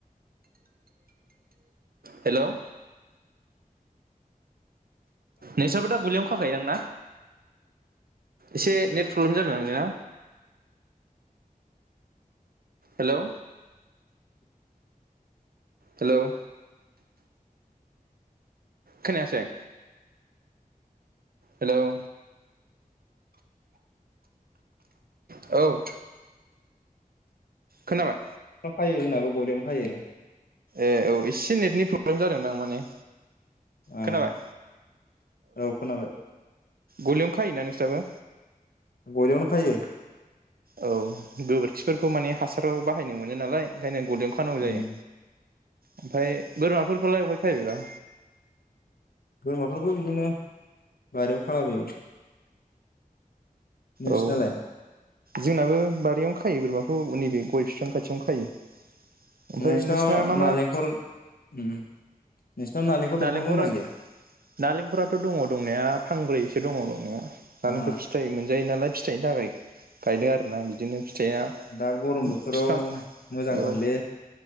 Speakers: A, on the right (about 80°); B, on the left (about 80°).
A: हेल' नोंस्राबो दा गलियावनो खाखायोदां ना? एसे नेट प्रब्लेम जादोंदांलै ना! हेलौ' हेल' खोनायासै? हेल' औ! खोनाबाय
B: खायो जोंनाबो गलियावनो खायो।
A: ए औ एसे नेटनि प्रब्लेम जादोंदां माने!
B: उम
A: खोनाबाय
B: औ खोनाबाय।
A: गलियावनो खायोना नोंस्राबो?
B: गलियावनो खायो ।
A: औ गोबोर खिफोरखौ माने हासाराव बा बाहायनो मोनो नालायओंखायनो गलियावनो खानांगौ जायो।
B: उम
A: ओमफ्राय बोरमाफोरखौलाय अबावहाय खायो बेबा?
B: बोरमाफोरखौ बिदिनो बारियाव खालाबायो। नोंसिनालाय
A: औ जोंनाबो बारियावनो खायो बोरमाखौ नैबे गय बिफां खाथियावनो खायो। ओमफ्राय
B: नोंसिना
A: मा
B: नारेंखल उम नोंसिनाव
A: नालेंखर
B: दंफां दंना गैया?
A: नालेंखराथ' दङ दंनाया! फांब्रैसो दङ दंनाया। नालेंखर
B: ओ
A: फिथाइ मोनजायो नालाय फिथाइनि थाखाय गायदों आरोना बिदिनो फिथाइया
B: दा गरम
A: बिफां
B: बोथोराव मोजांथारलै
A: औ